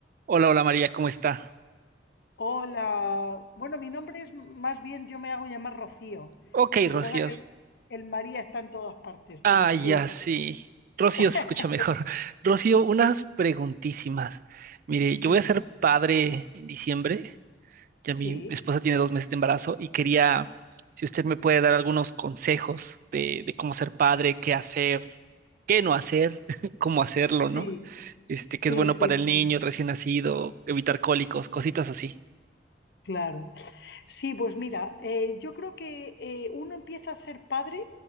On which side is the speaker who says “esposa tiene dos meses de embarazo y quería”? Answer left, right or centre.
Right